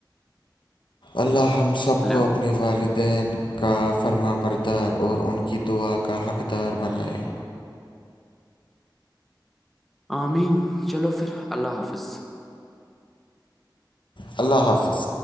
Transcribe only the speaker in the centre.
ہلو
آمین چلو پھر اللہ حافظ